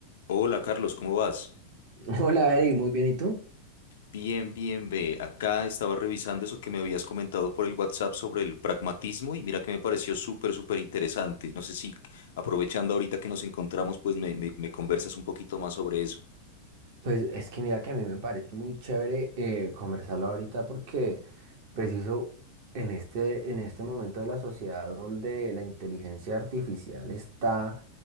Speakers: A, on the left; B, on the right.
A: Hola Carlos, ¿cómo vas?
B: <laughs> Hola Eric, muy bien, ¿y tú?
A: Bien, bien, ve. Acá estaba revisando eso que me habías comentado por el WhatsApp sobre el pragmatismo y mira que me pareció súper, súper interesante. No sé si aprovechando ahorita que nos encontramos, pues me, me- me conversas un poquito más sobre eso.
B: Pues es que mira que a mí me parece muy chévere eh, conversarlo ahorita porque preciso en este, en este momento de la sociedad donde la inteligencia artificial está